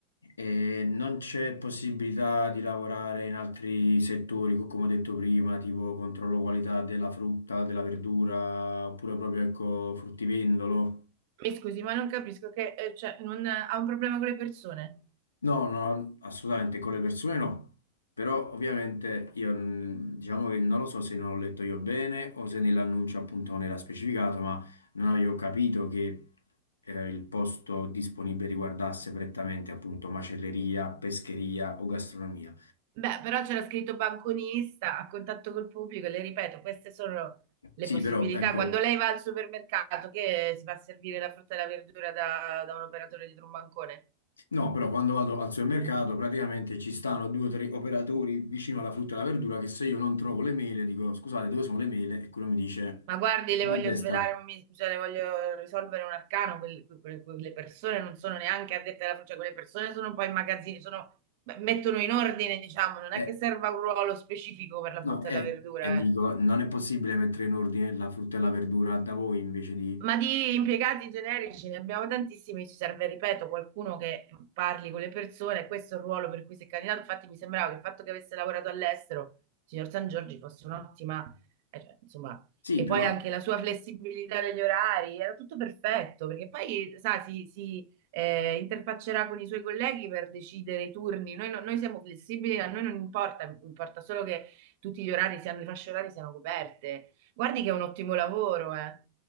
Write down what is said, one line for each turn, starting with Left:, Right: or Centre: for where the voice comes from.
Left: Eh, non c'è possibilità di lavorare in altri settori, co- come ho detto prima, tipo controllo qualità della frutta, della verdura, oppure proprio ecco, fruttivendolo.
Right: Mi scusi, ma non capisco che eh, cioè, non, ha un problema con le persone.
Left: No, no, assolutamente con le persone no, però ovviamente io mm, diciamo che non lo so se non ho letto io bene o se nell'annuncio appunto non era specificato, ma non avevo capito che eh, il posto disponibile riguardasse prettamente appunto macelleria, pescheria o gastronomia.
Right: Beh, però c'era scritto banconista, a contatto col pubblico, le ripeto, queste sono le
Left: Sì,
Right: possibilità.
Left: però ecco,
Right: Quando lei va al supermercato, che si fa servire la frutta e la verdura da, da un operatore dietro un bancone?
Left: no, però quando vado al supermercato praticamente ci stanno due o tre operatori vicino alla frutta e alla verdura che se io non trovo le mele dico scusate dove sono le mele e quello mi dice...
Right: Ma guardi, le
Left: A
Right: voglio
Left: destra.
Right: svelare, un mis- cioè, le voglio risolvere un arcano, quelle, quelle- quelle persone non sono neanche addette alla frutta, cioè, quelle persone sono poi in magazzini, sono- beh, mettono in ordine, diciamo, non è
Left: Eh,
Right: che serva un ruolo specifico per la
Left: no,
Right: frutta
Left: eh,
Right: e la verdura,
Left: e dico,
Right: eh.
Left: non è possibile mettere in ordine la frutta e la verdura da voi invece di...
Right: Ma di impiegati generici ne abbiamo tantissimi, ci serve, ripeto, qualcuno che parli con le persone, questo è il ruolo per cui si è candidato. Infatti mi sembrava che il fatto che avesse lavorato all'estero, signor San Giorgi, fosse un'ottima, eh, cioè, insomma,
Left: Sì,
Right: e
Left: però
Right: poi anche la sua flessibilità degli orari, era tutto perfetto, perché poi, sa, si, si, eh, interfaccerà con i suoi colleghi per decidere i turni. Noi, no- noi siamo flessibili, a noi non importa, importa solo che tutti gli orari siano, le fasce orarie siano coperte. Guardi che è un ottimo lavoro, eh.